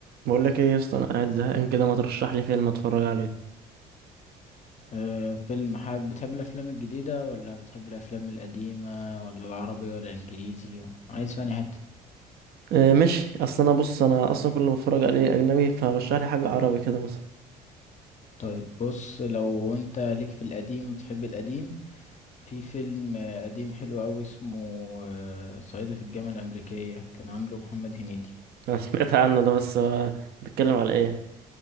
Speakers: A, on the right; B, on the left.
A: بقول لك ايه يا اسطى انا قاعد زهقان كده ما ترشح لي فيلم اتفرج عليه
B: أه فيلم حابب بتحب الأفلام الجديدة ولا بتحب الأفلام القديمة ولا العربي ولا الإنجليزي عايز فاني حتة
A: إيه ماشي اصل انا بص انا اصلا كل ما بتفرج عليه اجنبي فرشح لي حاجه عربي كده مثلا
B: طيب بص لو أنت ليك في القديم بتحب القديم في فيلم آه، قديم حلو أوي اسمه آه، صعيدي في الجامعة الأمريكية كان عامله محمد هنيدي
A: <laughs> انا سمعت عنه ده بس آه، بيتكلم على ايه